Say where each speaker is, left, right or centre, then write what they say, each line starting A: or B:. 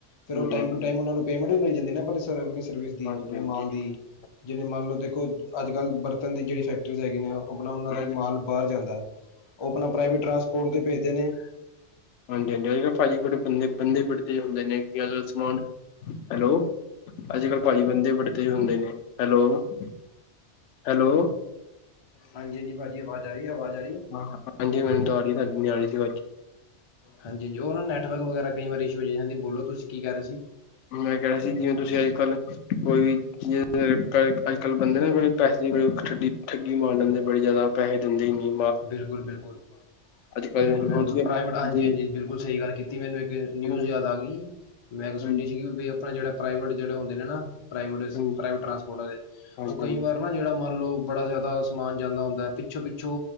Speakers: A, on the left (about 40°); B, on the left (about 85°).
A: ਫਿਰ
B: ਹੂੰ,
A: ਉਹ ਟਾਇਮ
B: ਹਾਂਜੀ
A: ਨੂੰ ਟਾਇਮ
B: ਹਮ
A: ਉਨ੍ਹਾਂ ਨੂੰ ਪੇਮੈਂਟ ਵੀ ਮਿਲ ਜਾਂਦੀ ਨਾ ਆਪਣੇ ਸਰਵਿਸ ਦੀ
B: ਹਾਂਜੀ
A: ਆਪਣੇ
B: ਹਾਂਜੀ
A: ਮਾਲ ਦੀ।
B: ਹਾਂਜੀ
A: ਜਿਹਨੇ ਮੰਨ ਲਓ ਦੇਖੋ ਅੱਜ-ਕੱਲ੍ਹ ਬਰਤਨ ਦੀ ਜਿਹੜੀ ਫੈਕਟਰੀਜ਼ ਹੈਗੀ ਨੇ ਉਹ ਆਪਣਾ ਉਹਨਾਂ ਦਾ
B: ਹਾਂਜੀ
A: ਮਾਲ ਬਾਹਰ ਜਾਂਦਾ ਉਹ ਆਪਣਾ ਪ੍ਰਾਈਵੇਟ ਟਰਾਂਸਪੋਰਟ ਤੇ ਭੇਜਦੇ ਨੇ।
B: ਹਾਂਜੀ-ਹਾਂਜੀ ਅੱਜ-ਕੱਲ੍ਹ ਪਾਜੀ ਬੰਦੇ ਬੜੇ ਤੇਜ਼ ਫੜ ਹੁੰਦੇ ਨੇ ਕਿ ਅਜ-ਕਲ੍ਹ ਸਮ ਹੈਲੋ ਅੱਜ-ਕੱਲ੍ਹ ਪਾਜੀ ਬੰਦੇ ਬੜੇ ਤੇਜ਼ ਹੁੰਦੇ ਨੇ ਹੈਲੋ-ਹੈਲੋ
A: ਹਾਂਜੀ-ਹਾਂਜੀ ਪਾਜੀ ਆਵਾਜ਼ ਆ ਰਹੀ ਹੈ ਆਵਾਜ਼ ਆ ਰਹੀ ਹੈ।
B: ਹਾਂਜੀ ਮੈਨੂੰ ਤਾ ਆਰੀ ਤਾਨੂੰ ਨੀ ਆਰੀ ਸੀ ਵਾਜ।
A: ਹਾਂਜੀ-ਹਾਂਜੀ ਉਹ ਨਾ ਨੈਟਵਰਕ ਵਗੈਰਾ ਕਈ ਵਾਰੀ ਇਸ਼ਉ ਹੋ ਜਾਂ ਹਾਂਜੀ ਬੋਲੋ ਤੁਸੀਂ ਕੀ ਕਰ ਰਹੇ ਸੀ?
B: ਮੈਂ ਕਿਹ ਰੀਹਾ ਸੀ ਜਿਵੇਂ ਤੁਸੀਂ ਅੱਜ-ਕੱਲ੍ਹ ਕੋਈ ਵੀ ਚੀਜ ਅੱਜ- ਕੱਲ੍ਹ ਬੰਦੇ ਨੇ ਬੜੇ ਪੈੇ ਦੀ ਬੜੇ ਠੱਡੀ ਠੱਗੀ ਮਾਰ ਲੈਂਦੇ ਬੜੀ ਜ਼ਿਆਦਾ ਪੈੇਹੇ ਦਿੰਦੇ ਹੀ ਨਹੀਂ।
A: ਬਿਲਕੁੱਲ-ਬਿਲਕੁੱਲ।
B: ਕੱਲ
A: ਬਿਲਕੁੱਲ-ਬਿਲਕੁੱਲ
B: ਹੁਣ ਜਿਵੇਂ
A: ਪ੍ਰਾਇਵੇਟ
B: ਹਾਂਜੀ
A: ਹਾਂਜੀ-ਹਾਂਜੀ ਬਿਲਕੁਲ ਸਹੀ ਗੱਲ ਕੀਤੀ ਮੈਨੂੰ ਇੱਕ ਨਿਊਜ਼
B: ਹਾਂਜੀ
A: ਯਾਦ ਆ ਗਈ। ਮੈਂ ਇਕ ਸੁਣੀ
B: ਹਾਂਜੀ
A: ਸੀ ਬਈ ਆਪਾਂ ਪ੍ਰਾਈਵੇਟ ਜੜੇ ਹੁੰਦੇ ਨੇ ਨਾ। ਪ੍ਰਾਈਵੇਟ-ਪ੍ਰਾਇਵੇਟ
B: ਹਾਂਜੀ
A: ਟ੍ਰਾਂਸਪੋਰਟ ਆਲੇ
B: ਹਾਂਜੀ
A: ਉਹ ਕਈ ਵਾਰ ਨਾ ਜਿਹੜਾ ਮੰਨ ਲਓ ਬੜਾ ਜਿਆਦਾ ਸਮਾਨ ਜਾਂਦਾ ਹੁੰਦਾ ਹੈ ਪਿੱਛੋਂ-ਪਿੱਛੋਂ